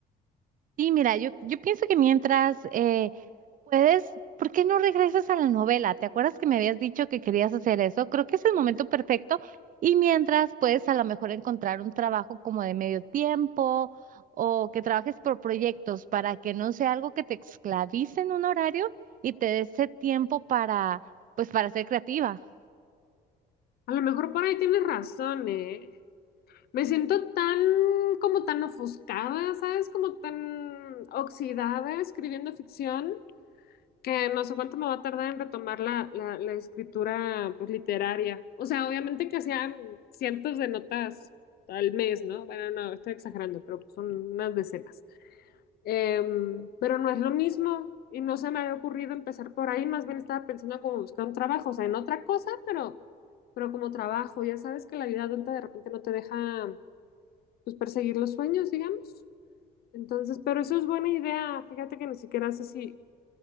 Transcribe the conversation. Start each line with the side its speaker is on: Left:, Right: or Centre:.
Right: Sí, mira, yo, yo pienso que mientras... eh, ¿Puedes? ¿Por qué no regresas a la novela? ¿Te acuerdas que me habías dicho que querías hacer eso? Creo que es el momento perfecto. Y mientras puedes a lo mejor encontrar un trabajo como de medio tiempo o que trabajes por proyectos para que no sea algo que te esclavice en un horario y te dé ese tiempo para, pues, para ser creativa.
Left: A lo mejor por ahí tienes razón, ¿eh? Me siento tan, como tan ofuscada, ¿sabes? Como tan oxidada escribiendo ficción que no sé cuánto me va a tardar en retomar la, la, la escritura pues, literaria. O sea, obviamente que hacían cientos de notas al mes, ¿no? Bueno, no, estoy exagerando, pero pues, son unas decenas. Em, pero no es lo mismo y no se me había ocurrido empezar por ahí, más bien estaba pensando como buscar un trabajo, o sea, en otra cosa, pero, pero como trabajo. Ya sabes que la vida adulta de repente no te deja pues perseguir los sueños, digamos. Entonces, pero eso es buena idea. Fíjate que ni siquiera sé si,